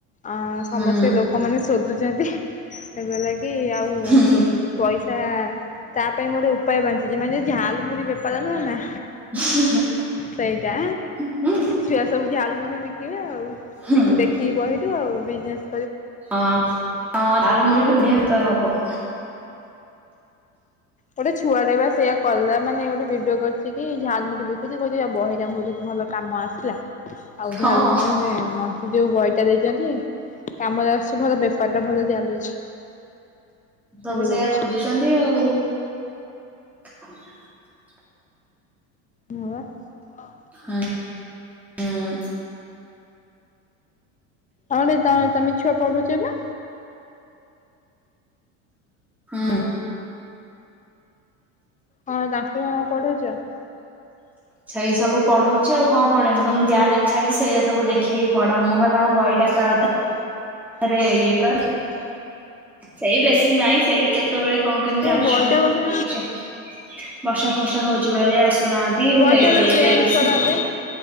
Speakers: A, on the left; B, in the centre.
A: ଆଁ ସମସ୍ତେ
B: ହୁଁ
A: ଲୋକମାନେ ସୋଦୁଚନ୍ତି ସେ କହିଲା କି ଆଉ
B: ହୁଁ।
A: ପଇସା ତା ତା ପାଇଁ ମୁଁ ଗୋଟେ ଉପାୟ ପାଞ୍ଚିଚି ମାନେ ଝାଲ୍ ମୁୁଢ଼ି ବେପାର ନୁହଁ ନା
B: <unintelligible> ହୁଁ।
A: ସେଇଟା ଛୁଆ ସବୁ ଝାଲମୁଢ଼ି ବିକିବେ ଆଉ
B: ହୁଁ
A: <unintelligible> ଦେଖି ବହିରୁ ଆଉ ବିଜନେସ୍
B: ହଁ ହଁ ଝାଲମୁଢି଼ ବି ବଢ଼ିଆ ବେପାର ହବ।
A: ଗୋଟେ ଛୁଆଟେ ବା ସେଇଆ କଲା ମାନେ ଗୋଟେ ଭିଡ଼ିଓ କରିଚି କି ଝାଲ୍ ମୁୁଢ଼ି ବିକୁଚି କହୁଚି ବହିଟା ବହୁତ୍ ଭଲ କାମ ଆସିଲା। ଆଉ
B: ହଁ।
A: ଝାଲ୍ ମାନେ ମ ତେ ଯୋଉ ବହିଟା ଦେଇଛନ୍ତି କାମରେ ଆସୁଛି ଭଲ ବେପାର ଟା ଭଲ ଚାଲୁଛି।
B: ସବୁ
A: ଏମିତି
B: ସେଇଆ
A: କହୁଛି
B: ଖୋଜୁଚନ୍ତି ଆଉ। <inaudible>
A: ହଁ ପା।
B: ହଁ ହଁ।
A: ଆଉ ଗୋଟେ ତମେ ଛୁଆ ପଢୁଛ ପା!
B: ହୁଁ।
A: ହଁ ତାଙ୍କୁ କଣ ପଢଉଛ?
B: ସେଇ ସବୁ ପଢଉଛି ଆଉ କଣ ପଢେ ମୁଁ ତମେ ଯାହା ଲେଖା ହେଇଛି ସେଇଆ ସବୁ ଦେଖିକି ପଢା ମୁଁ କଥା ମ ବହି ଟା ବାକୁ ଆଉଥରେ ଆରେ ଇଏ କର ସେଇ ବେଶୀ ନାଇଁ ସେଇ କେତେବେଳେ କଣ କେମିତି
A: ସେ
B: ଆସୁଛନ୍ତି।
A: ବହିଟା ଗୋଟେ
B: ବର୍ଷା ଫର୍ଷା ହଉଛି ବେଳେ ଆସୁନାହାନ୍ତି
A: ବହିଟା
B: ସେଇ
A: ହେଲେ
B: ବେଳେ
A: ଚେଞ୍ଜ
B: ବେଳେ ବେଶୀ
A: କରନ୍ତେ